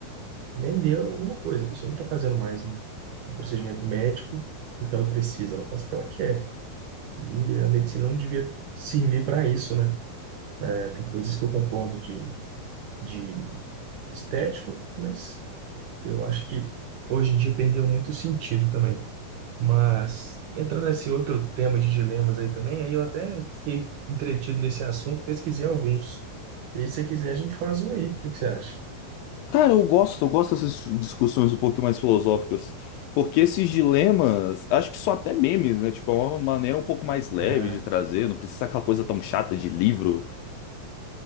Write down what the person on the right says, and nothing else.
vendeu alguma coisa. A pessoa não está fazendo mais um procedimento médico porque ela precisa, ela faz o que ela quer. E a medicina não devia servir para isso, né? É, tem coisas que eu concordo de de estético, mas eu acho que hoje em dia perdeu muito sentido também. Mas entrando nesse outro tema de dilemas aí também, aí eu até fiquei entretido nesse assunto, pesquisei alguns. E aí, se você quiser, a gente faz um aí. O que que você acha?
É,